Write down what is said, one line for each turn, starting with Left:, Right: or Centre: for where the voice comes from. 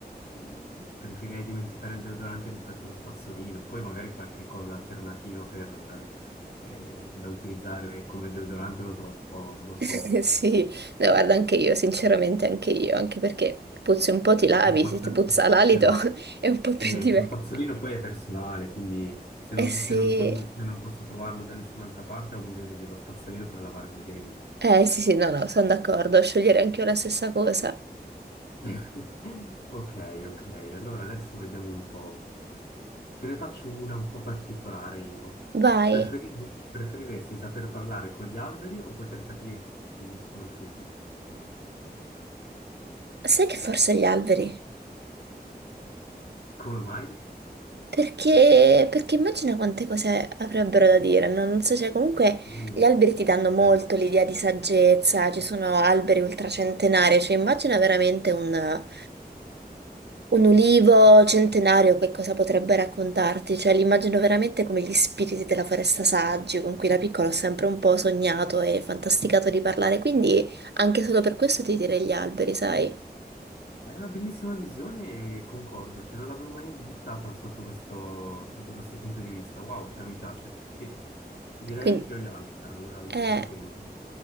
Left: mm, preferirei dimenticare il deodorante rispetto allo spazzolino. Poi magari qualche cosa alternativa per, eh, da utilizzare come deodorante lo trovo, non lo so.
Right: <laughs> Sì, no, guarda anche io, sinceramente anche io, anche perché puzzi un po' ti lavi,
Left: Lo spazzolino,
Right: se ti puzza l'alito
Left: esatto.
Right: <laughs> è un po' più
Left: E
Right: diverso.
Left: lo spazzolino poi è personale, quindi se non,
Right: Eh sì,
Left: se non poi, poi non posso trovarlo da nessun'altra parte, ho bisogno dello spazzolino per lavarmi i denti.
Right: eh sì sì, no no, sono d'accordo, scegliere anche io la stessa cosa.
Left: <laughs> Ok, ok, allora adesso vediamo un po'. Te ne faccio una un po' particolare io.
Right: Vai,
Left: Preferi- preferiresti saper parlare con gli alberi o poter capire degli sconosciuti?
Right: sai che forse gli alberi?
Left: Come mai?
Right: Perché, perché immagina quante cose avrebbero da dire, no? Non so, cioè comunque
Left: Uh,
Right: gli alberi ti danno molto
Left: bello.
Right: l'idea di saggezza, ci
Left: sì.
Right: sono alberi ultracentenari, cioè immagina veramente un... Un ulivo centenario, che cosa potrebbe raccontarti? Cioè, li immagino veramente come gli spiriti della foresta saggi, con cui da piccola ho sempre un po' sognato e fantasticato di parlare, quindi anche solo per questo ti direi gli alberi, sai?
Left: È una bellissima visione e concordo, cioè non l'avevo mai buttata sotto questo, sotto questo punto di vista. Wow, cioè mi piace, sì. Direi
Right: Quindi,
Left: anch'io gli alberi allo, allo
Right: eh,
Left: stesso tempo.